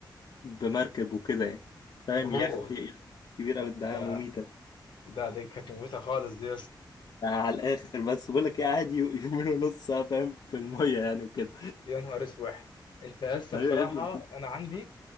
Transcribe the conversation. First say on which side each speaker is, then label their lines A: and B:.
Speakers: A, on the left (about 60°); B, on the left (about 75°).
A: بمركب وكده يعني فاهم
B: اوه
A: يخت يخت كبير أوي ده
B: ده
A: مميتة
B: ده دي كانت مميته خالص دي
A: على الآخر بس بقول لك إيه قاعد يو- يومين ونص آه، فاهم في المية يعني وكده
B: يا نهار اسوح انت لسه
A: أيوة
B: بصراحه
A: يا ابني
B: انا عندي